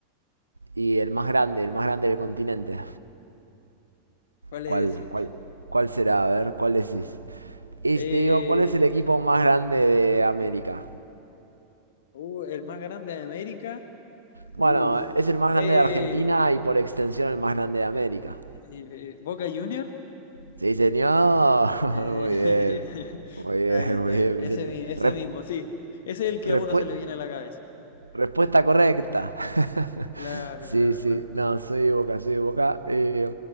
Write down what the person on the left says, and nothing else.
¿Cuál
es ese?
Eh,
uh, el más grande de América. Uf.
Eh,
eh, eh, Boca Junior.
Eh,
<laughs>
está bien, está
bien. Ese,
mi- ese
mismo, sí. Ese es el que
a uno se le viene a la cabeza.
Claro, claro,
claro.